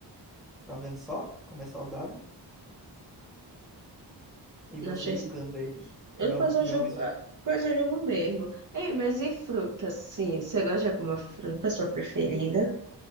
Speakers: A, in the centre; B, on the right (about 45°).
A: Tá vendo só como é saudável? E você
B: Não achei...
A: julgando aí, né?
B: Eu
A: meu,
B: Depois
A: arro-
B: eu
A: meu
B: jogo,
A: arroz feijão.
B: depois eu jogo mesmo. Ei, mas e fruta, sim? Você gosta de alguma fruta, sua preferida?